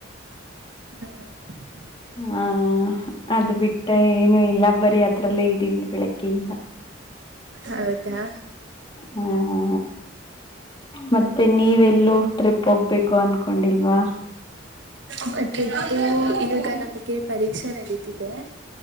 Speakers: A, on the right; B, on the left.
A: ಹ್ಮ
B: ಹ ಅದು ಬಿಟ್ಟ ಏನು ಇಲ್ಲ ಬರಿೀ ಅದ್ರಲ್ಲೇ ಇದ್ದೀವಿ ಬೆಳಕಯಿಂದ
A: ಹೌದಾ
B: ಹ ಮತ್ತೆ ನೀವೆಲ್ಲೂ ಟ್ರಿಪ್ ಹೋಗ್ಬೇಕು ಅನ್ಕೊಂಡಿಲ್ವಾ
A: ಮ ಈವಾಗ ನಮಗೆ ಪರೀಕ್ಷೆ ನಡೀತಿದೆ